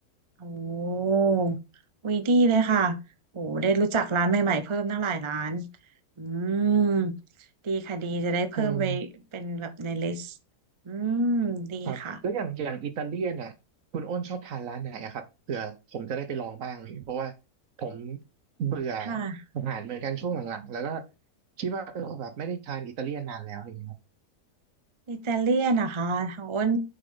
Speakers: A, on the right; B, on the right.
A: โอ้วีดีเลยค่ะโอ้ได้รู้จักร้านใหม่ๆเพิ่มตั้งหลายร้านอืมดีค่ะดีจะได้เพิ่มไปเป็นแบบในลิสต์
B: อืม
A: อืมดีค่ะ
B: ครับแล้วอย่างอย่างอิตาเลียนอ่ะคุณอ้นชอบทานร้านไหนอะครับเผื่อผมจะได้ไปลองบ้างเลยเพราะว่าผมเบื่อ
A: ค่ะ
B: อาหารเหมือนกันช่วงหลังๆแล้วก็คิดว่าเออแบบไม่ได้ทานอิตาเลียนนานแล้วอย่างเงี้ยครับ
A: อิตาเลียนนะคะของอ้น